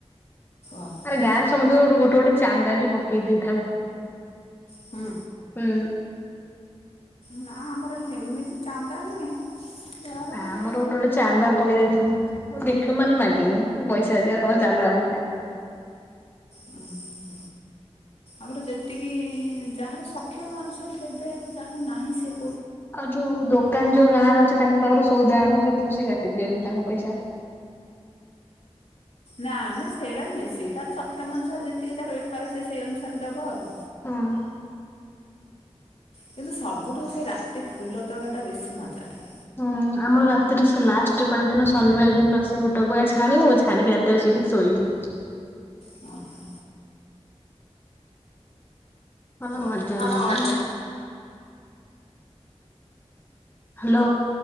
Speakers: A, on the left; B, on the left.
A: ଓହୋ
B: ଆରେ ଗାଁରେ ସମସ୍ତେ ଗୋ ଗୋଟେ ଗୋଟେ ଚାନ୍ଦା ବି ପକେଇ ଦେଇଥାଉ।
A: ହୁଁ
B: ହୁଁ।
A: ନା ଆମର ହେମିତି ଚାନ୍ଦା ନୁହେଁ। ଯାହାର
B: ନା
A: ମାନେ
B: ଆମର ଗୋଟେ ଗୋଟେ ଚାନ୍ଦା ପକେଇ ଦେଇଥିବୁଁ ଦେଖିବୁ ମାନେ ମାଗିବୁ ପଇସା ଆସିବା ତମେ ଚାନ୍ଦା ପ ଆ।
A: ହ ଆମର ଯେତିକି ଯାହାର ସକ୍ଷମ ଅନୁସାରେ ଦେବେ ଆଉ ଯାହା ନାହିଁ ସେ।
B: ଆଉ ଯୋଉ ଦୋକାନ ଯୋଉ ଗାଁରେ ଅଛି ତାଙ୍କ ପାଖରୁ ସଉଦା ଆଣୁ ସେଥିରୁ ସେ କାଟି ଦିଅନ୍ତି ତାଙ୍କ ପଇସା।
A: ନା ଆମେ ସେଇଟା ମିସି ତାର ସକ୍ଷମ ଅନୁସାରେ ଯେତିକି ତାର ବେପାର ସେ ସେଇ ଅନୁସାରେ ଦବ ଆଉ।
B: ହଁ।
A: କିନ୍ତୁ ସବୁଠୁ ସେଇ ରାତି ଫୁଲ। ତୋଳଟା ବେଶୀ ମଜା ଲାଗେ।
B: ହୁଁ ଆମର ରାତିଠୁ ସେ ଲାଷ୍ଟ ପାଳିଦିନ ଶନିବାର ଦିନ ସେଟକୁଆ ଛାଣିବୁ ଛାଣିକି ରାତିରେ ସେଇଠି ଶୋଇବୁ।
A: ଓହୋ
B: ଭଲ
A: ବଢ଼ିଆ
B: ମଜା ଲାଗ
A: ମଜା
B: ନା। ହ୍ୟାଲୋ।